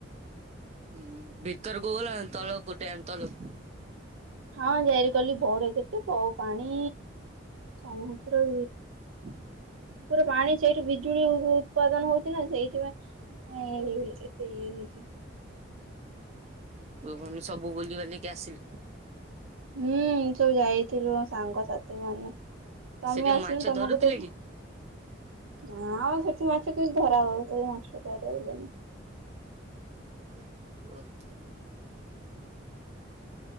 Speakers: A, on the right (about 30°); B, on the right (about 90°).
A: ହଁ ଭିତରକୁ ଗଲା ତଳକୁ ଡ୍ୟାମ୍ ତଳକୁ।
B: ହଁ ଯାରି କଲି ବଡ କେତେ ବ ପାଣି ସମୁଦ୍ର
A: <inaudible>
B: ପୁରା ପାଣି ସେଇଠୁ ବିଜୁଳି ଉତ୍ପାଦନ ହଉଛି ନା ସେଇଥିପାଇଁ ହଁ କେତେ ଇଏ ହେଇକି।
A: ତୁ ମାନେ ସବୁ ବୁଲି ବାଲିକି ଆସିଲୁ।
B: ହୁଁ ସବୁ ଯାଇଥିଲୁ ସାଙ୍ଗସାଥି ମାନେ ତମେ
A: ସେଠି
B: ଆସିଲୁ
A: ମାଛ
B: ତମକୁ
A: ଧରୁଥିଲେ
B: ତ
A: କି?
B: ହଁ ଆଉ ସେଠି ମାଛ କେମତି ଧରା ହବ ସେଇ ମାଛା ଧରଇଲେଣିି।
A: <unintelligible>